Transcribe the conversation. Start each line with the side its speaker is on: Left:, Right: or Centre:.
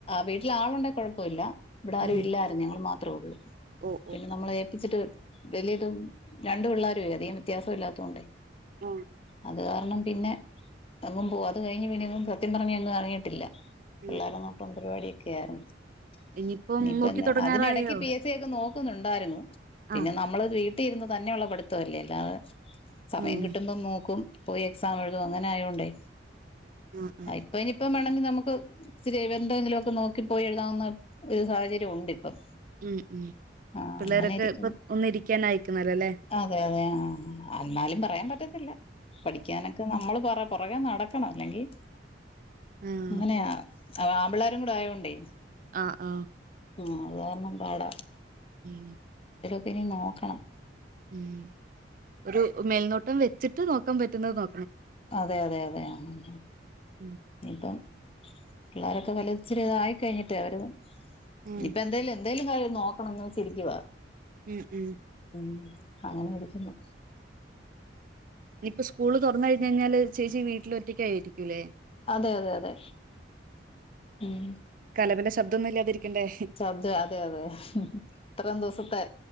Left: വീട്ടില് ആളുണ്ടെ കൊഴപ്പല്ല ഇവിട ആരും
Right: ഉം
Left: ഇല്ലായിരുന്നു ഞങ്ങൾ മാത് ത്രെള്ളു
Right: ഓ
Left: പിന്നെ
Right: ഓ
Left: നമ്മളെ <unintelligible> വലിയതും രണ്ടു പിള്ളേരെ അധികം വ്യത്യാസം ഇല്ലാത്തൊണ്ടേ
Right: ആഹ്
Left: അത് കാരണം പിന്നെ അമ്മം പോം അത് കഴിഞ്ഞ് പിന്നെങ്ങും സത്യം പറഞ്ഞ ഒന്നും അറിഞ്ഞിട്ടില്ല
Right: ഉം
Left: പിള്ളാര് നോട്ടോം പരിപാടി <unintelligible>
Right: ഇനിയിപ്പം
Left: നിയിപ്പന്നാ
Right: നോക്കി തുടങ്ങാറായോ
Left: അതിനെടക്ക് പി എസ് സി ഒക്കെ നോക്കുന്നുണ്ടായിരുന്നു പിന്നെ
Right: ആഹ്
Left: നമ്മള് വീ <unintelligible> തന്നെയുള്ള പഠിത്തംല്ലേ ല്ലാ സമയം
Right: ഉം
Left: കിട്ടുമ്പം നോക്കും പോയി എക്സാം എഴു തും അങ്ങനെ ആയോണ്ടേ
Right: ആഹ് ആഹ്
Left: ആ ഇപ്പ ഇനിയിപ്പ മേണ നമുക്ക് സ് <unintelligible> എന്തെങ്കിലുമൊക്കെ നോക്കിപ്പോയി എഴുതാവുന്ന ഒരു സാഹചര്യംണ്ട് പ്പം
Right: ഉം ഉം
Left: ആ
Right: പിള്ളേരൊക്കെ
Left: അങ്ങനെയിരിക്ക്ണ്
Right: ഇപ്പൊ ഒന്നിരിക്കാനായിക്കുന്നല്ലോല്ലേ
Left: അതെതെ ആ അന്നാലും പറയാൻ പറ്റത്തില്ല പഠിക്കാന നമ്മള് പറ പൊറകെ നടക്കണം ല്ലെങ്കിൽ
Right: ആഹ്
Left: ങ്ങനെയാ അധാമ്പിളാരുംകൂടെ ആയതോണ്ടൈ
Right: അ ആ
Left: ആ അതാരണം പാട
Right: ഉം
Left: പിന്നെ നോക്കണം
Right: ഉം ഒരു മേൽനോ പം വെച്ചിട്ട് നോക്കാൻപറ്റുന്നത് നോ
Left: അതെതെ തെ ഉം ഉം
Right: ഉം
Left: ഇപ്പം പിള്ളാരൊക്കെ വലത്ച്ചിരി ഇതായി കഴിഞ്ഞിട്ട് അവരും
Right: ഉം
Left: ഇപ്പ എന്തേല് എന്തേലും കാര്യം നോക്കണം ന്ന്‌ വെച്ചിരിക്കുവാ
Right: ഉം ഉം
Left: ഉം അങ്ങനെ ആടിക്കുന്നു
Right: ഇപ്പോ സ്കൂള് തുറന്ന കഴിഞ്ഞ കഴിഞ്ഞാല് ചേച്ചി വീട്ടില് ഒറ്റക്കആയിരിക്കൂല്ലേ
Left: അതെ അതെ അതെ ഉം
Right: കലപില ശബ്ദൊന്നും ഇല്ലാതിരിക്കണ്ടേ
Left: അതെ അതെ ഇത്രയും ദിവസത്തെ